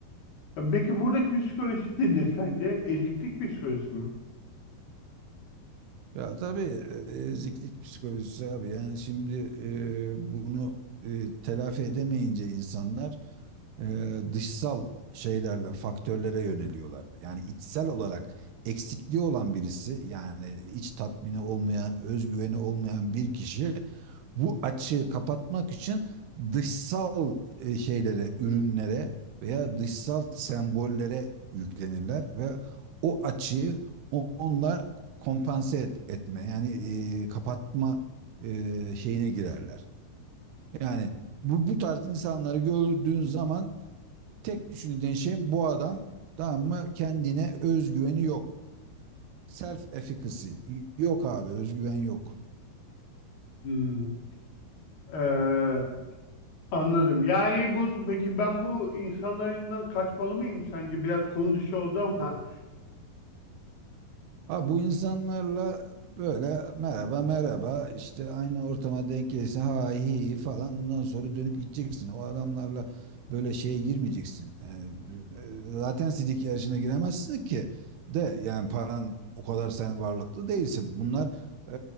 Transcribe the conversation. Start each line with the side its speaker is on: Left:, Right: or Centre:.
Left: Ya peki buradaki psikoloji <laughs> nedir sence? Eziklik psikolojisi mi?
Right: Ya tabii e, eziklik psikolojisi abi. Yani şimdi e, bunu e, telafi edemeyince insanlar e, dışsal şeylerle, faktörlere yöneliyorlar. Yani içsel olarak eksikliği olan birisi yani iç tatmini olmayan, özgüveni olmayan bir kişi bu açığı kapatmak için dışsal e, şeylere, ürünlere veya dışsal sembollere yüklenirler ve o açığı o- onlar kompanse et- etme yani e, kapatma e, şeyine girerler. Yani bu, bu tarz insanları gördüğün zaman tek düşündüğün şey bu adam tamam mı kendine özgüveni yok. Self efficacy yok abi özgüven yok.
Left: Hmm. Ee, anladım. Yani bu, peki ben bu insanlarından kaçmalı mıyım sence? Biraz konu dışı oldu ama.
Right: Ha, bu insanlarla böyle merhaba merhaba işte aynı ortama denk gelirse ha hi hi falan ondan sonra dönüp gideceksin. O adamlarla böyle şeye girmeyeceksin. Yani, e, zaten sidik yarışına giremezsin ki de yani paran o kadar sen varlıklı değilsin. Bunlar e,